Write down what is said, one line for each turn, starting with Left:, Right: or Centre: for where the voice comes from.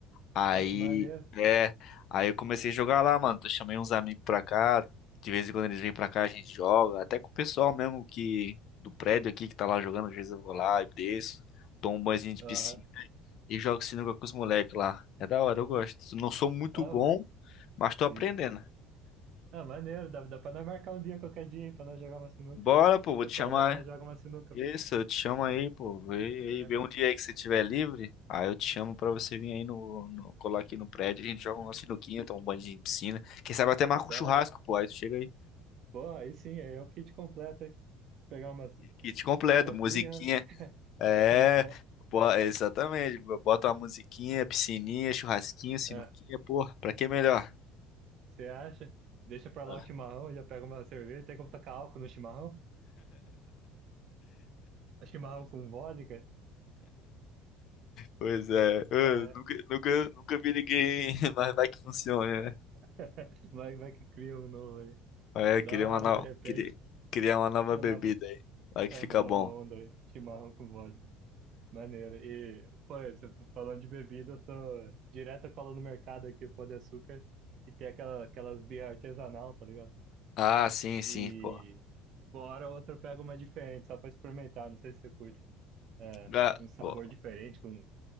Left: Aí,
Right: Ó, que maneiro.
Left: é, aí eu comecei a jogar lá, mano. Eu chamei uns amigos pra cá. De vez em quando eles vêm pra cá, a gente joga. Até com o pessoal mesmo que do prédio aqui que tá lá jogando, às vezes eu vou lá e desço, tomo um banhozinho de
Right: Aham.
Left: piscina e jogo sinuca com os moleques lá. É da hora, eu gosto. Não sou muito
Right: Ah,
Left: bom, mas tô aprendendo.
Right: sim. Ah, maneiro, dá, dá pra nós marcar um dia qualquer dia aí pra nós jogar uma sinuca.
Left: Bora, pô, vou
Right: Eu
Left: te
Right: colo
Left: chamar.
Right: aí e nós joga uma sinuca,
Left: Isso, eu te chamo aí, pô. Vê, aí,
Right: né?
Left: vê um dia aí que você estiver livre. Aí eu te chamo pra você vir aí no, no- colar aqui no prédio. A gente joga uma sinuquinha, toma um banho de piscina. Quem sabe até marca
Right: Da
Left: um churrasco,
Right: hora.
Left: pô. Aí tu chega aí.
Right: Porra, aí sim, aí é o kit completo, hein? Pegar umas,
Left: Kit completo,
Right: umas
Left: musiquinha.
Right: birra, <laughs>
Left: É,
Right: então,
Left: bo- exatamente. Bota uma musiquinha, piscininha, churrasquinho, sinuquinha,
Right: é,
Left: pô. Pra que melhor?
Right: você acha? Deixa pra
Left: Ah,
Right: lá o chimarrão, já pega uma cerveja, tem como tacar álcool no chimarrão? <laughs> Chimarrão com vodka?
Left: Pois é, eu
Right: É,
Left: nunca, nunca, nunca vi ninguém, <laughs> mas vai que funcione, né?
Right: <laughs> vai, vai que cria um novo aí.
Left: É,
Right: Da
Left: criar
Right: hora,
Left: uma nova,
Right: de repente,
Left: criar uma nova
Right: uma
Left: bebida
Right: nova,
Left: aí. Vai que
Right: é,
Left: fica
Right: uma nova
Left: bom.
Right: onda aí, chimarrão com vodka. Maneiro. E, pô, você falando de bebida, eu tô direto eu colo no mercado aqui, Pão de Açúcar, e tem aquela, aquelas birra artesanal, tá ligado?
Left: Ah, sim, sim,
Right: E
Left: pô.
Right: fora outra eu pego uma diferente, só pra experimentar, não sei se você curte. É,
Left: Ga-
Right: um sabor
Left: pô.
Right: diferente, com,